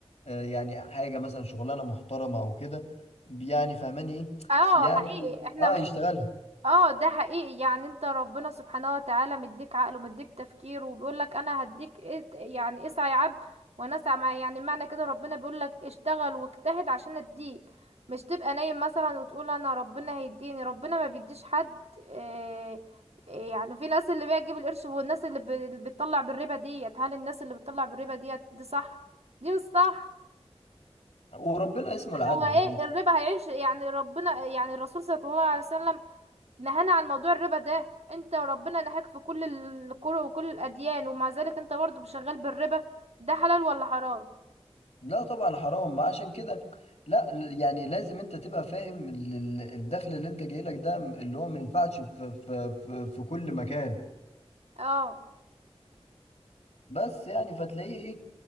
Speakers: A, on the left; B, on the right.
A: آه، يعني حاجة مثلا شغلانة محترمة أو كده يعني فهماني إيه
B: اه
A: يعني
B: حقيقي احنا
A: آه يشتغلها
B: اه ده حقيقي يعني انت ربنا سبحانه وتعالى مديك عقل ومديك تفكير وبيقول لك انا هديك ات- يعني اسعى يا عبد وانا اسعى معايا يعني معنى كده ربنا بيقول لك اشتغل واجتهد عشان اديك مش تبقى نايم مثلا وتقول انا ربنا هيديني ربنا ما بيديش حد اه اه يعني في ناس اللي بيجيب القرش والناس اللي ب- اللي بتطلع بالربا ديت هل الناس اللي بتطلع بالربا ديت دي صح دي مش صح
A: وربنا اسمه العدل
B: هو ايه
A: يعني
B: الربا هيعيش يعني ربنا يعني الرسول صلى الله عليه وسلم نهانا عن موضوع الربا ده انت وربنا نهاك في كل الكره وكل الاديان ومع ذلك انت برضه شغال بالربا ده حلال ولا حرام
A: لا طبعا حرام ما عشان كده لا ل- يعني لازم انت تبقى فاهم ال- ال- الدخل اللي انت جاي لك ده م- اللي هو ما ينفعش في, في, في, في كل مكان
B: اه
A: بس يعني فتلاقيه ايه